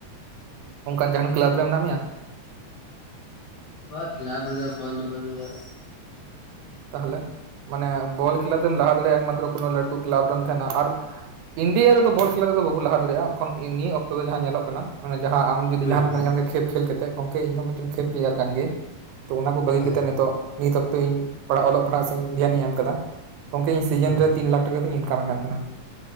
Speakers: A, on the right (about 85°); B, on the left (about 75°).
A: ᱚᱱᱠᱟᱱ ᱡᱟᱦᱟᱱ ᱠᱞᱟᱵᱽ ᱨᱮ ᱢᱮᱱᱟᱜ ᱢᱮᱭᱟ
B: ᱵᱟ ᱠᱮᱞᱟᱵ ᱨᱮᱫᱚ ᱮᱠᱷᱚᱱ ᱫᱚ ᱵᱟᱹᱱᱩᱜ ᱤᱧᱟ
A: ᱛᱟᱦᱚᱞᱮ ᱢᱟᱱᱮ ᱵᱚᱞ ᱠᱷᱮᱞᱟ ᱛᱮᱢ ᱞᱟᱦᱟ ᱫᱟᱲᱮᱭᱟᱜ-ᱟ ᱮᱠᱢᱟᱛᱨᱚ ᱠᱳᱱᱳ ᱞᱟᱹᱴᱩ ᱠᱮᱞᱟᱵᱽ ᱨᱮᱢ ᱛᱟᱦᱮᱱᱟ ᱟᱨ ᱤᱱᱰᱤᱭᱟ ᱨᱮᱫᱚ ᱵᱚᱞ ᱠᱷᱮᱞᱟ ᱨᱮᱫᱚ ᱵᱟᱵᱚ ᱞᱟᱦᱟ ᱫᱟᱲᱮᱭᱟᱜ-ᱟ ᱮᱠᱷᱚᱱ ᱱᱤᱭᱟᱹ ᱚᱠᱛᱚ ᱫᱚ ᱡᱟᱦᱟᱸ ᱧᱮᱞᱚᱜ ᱠᱟᱱᱟ ᱡᱟᱦᱟᱸ ᱟᱢ
B: ᱦᱩᱸ
A: ᱡᱩᱫᱤ ᱡᱟᱦᱟᱱᱟᱜ
B: ᱦᱩᱸ
A: ᱮᱢ ᱢᱮᱱ ᱠᱷᱟᱱ ᱜᱮ ᱠᱷᱮᱯ ᱠᱷᱮᱞ ᱠᱟᱛᱮᱫ ᱜᱚᱝᱠᱮ ᱤᱧᱦᱚ ᱢᱤᱫᱴᱮᱱ ᱠᱷᱮᱯ ᱯᱞᱮᱭᱟᱨ ᱠᱟᱱ ᱜᱤᱭᱟᱹᱧ ᱛᱚ ᱚᱱᱟ ᱠᱚ ᱵᱟᱹᱜᱤ
B: ᱦᱮᱸ
A: ᱠᱟᱛᱮᱜ ᱱᱤᱛᱚᱜ ᱱᱤᱛ ᱚᱠᱛᱚ ᱤᱧ ᱚᱞᱚᱜ ᱯᱟᱲᱦᱟᱜ ᱥᱮᱫ ᱫᱷᱮᱭᱟᱱᱤᱧ ᱮᱢ ᱠᱟᱫᱟ ᱜᱚᱢᱠᱮ ᱤᱧ ᱥᱤᱡᱤᱱ
B: ᱦᱮᱸ
A: ᱨᱮ ᱛᱤᱱ ᱞᱟᱠᱷ ᱴᱟᱠᱟ ᱠᱟᱛᱤᱧ ᱤᱱᱠᱟᱢᱮᱫ ᱠᱟᱱ ᱛᱟᱦᱮᱱᱟ